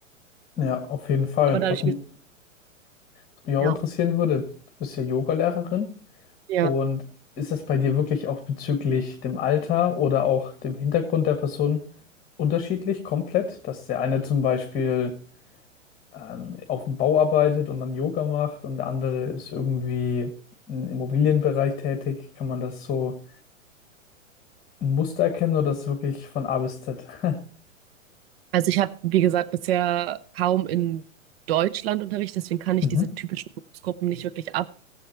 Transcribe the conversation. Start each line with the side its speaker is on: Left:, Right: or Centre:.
Left: Ja, auf jeden Fall.
Right: Aber dadurch,
Left: Was mi- was mich auch
Right: ja,
Left: interessieren würde, du bist ja Yogalehrerin
Right: ja.
Left: und ist das bei dir wirklich auch bezüglich dem Alter oder auch dem Hintergrund der Person unterschiedlich, komplett? Dass der eine zum Beispiel ähm, auf dem Bau arbeitet und dann Yoga macht und der andere ist irgendwie im Immobilienbereich tätig. Kann man das so ein Muster erkennen oder das wirklich von A bis Z? <laughs>
Right: Also ich habe, wie gesagt, bisher kaum in Deutschland Unterricht, deswegen kann ich
Left: Mhm.
Right: diese typischen Berufsgruppen nicht wirklich ab,